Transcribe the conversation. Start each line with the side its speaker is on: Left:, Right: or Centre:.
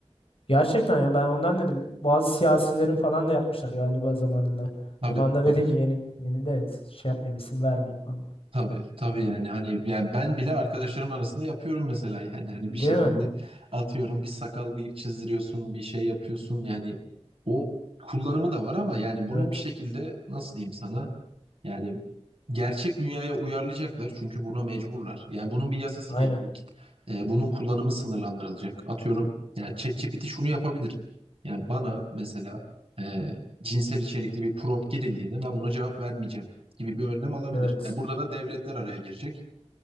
Left: Gerçekten yani ben ondan dedim. Bazı siyasilerin falan da yapmışlar galiba zamanında.
Right: Tabii
Left: Zamanında
Right: tabii.
Left: dedim yeni yeni de şey yapmayayım isim vermeyeyim falan.
Right: Tabii tabii yani hani yani ben bile arkadaşlarım arasında yapıyorum mesela yani hani
Left: Değil
Right: bir şekilde
Left: mi?
Right: atıyorum bir sakal bıyık çizdiriyorsun bir şey yapıyorsun yani o kullanımı da var ama yani bunun
Left: Evet.
Right: bir şekilde nasıl diyeyim sana yani gerçek dünyaya uyarlayacaklar çünkü buna mecburlar yani bunun bir yasası
Left: Aynen.
Right: gelecek Ee, bunun kullanımı sınırlandırılacak atıyorum yani ChatGPT şunu yapabilir yani bana mesela e, cinsel içerikli bir prompt girildiğinde ben buna cevap vermeyeceğim gibi bir önlem alabilir.
Left: Evet.
Right: Yani burada da devletler araya girecek.